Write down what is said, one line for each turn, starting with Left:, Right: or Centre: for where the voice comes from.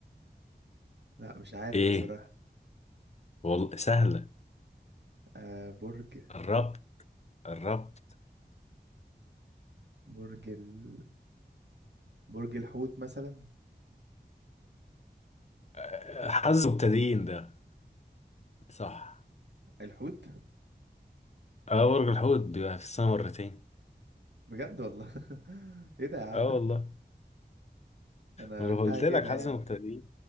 Right: لا مش عارف
Left: ايه
Right: بصراحة
Left: والله سهلة
Right: آه برج
Left: الربط الربط
Right: برج ال... برج الحوت مثلا
Left: آه، حظ مبتدئين ده صح
Right: الحوت
Left: اه برج الحوت بيبقى في السنة مرتين
Right: بجد والله <laughs> ايه ده يا عم
Left: اه والله
Right: <laughs> انا
Left: ما
Right: قلتها
Left: انا قلت
Right: كده
Left: لك حظ
Right: يعني
Left: مبتدئين